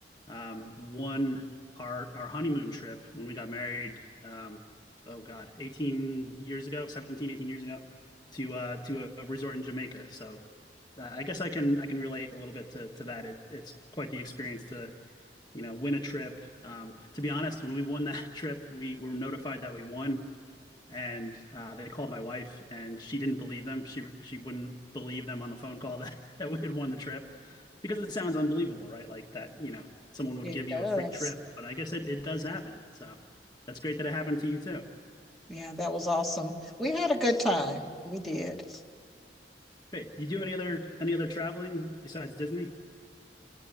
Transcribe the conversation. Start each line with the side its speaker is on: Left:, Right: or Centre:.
Left: um, one our our honeymoon trip when we got married um oh god 18 years ago 17 18 years ago to uh to a resort in Jamaica so uh, I guess I can I can relate a little bit to to that it, it's quite the experience to you know win a trip um to be honest when we won that <laughs> trip we were notified that we won and uh, they called my wife and she didn't believe them she she wouldn't believe them on the phone call <laughs> that, that we had won the trip because it sounds unbelievable right like that you know someone would
Centre: It
Left: give
Centre: does.
Left: you a free trip but i guess it, it does happen so that's great that it happened to you too
Centre: Yeah, that was awesome. We had a good time. We did. <clears throat>
Left: great you do any other any other traveling besides disney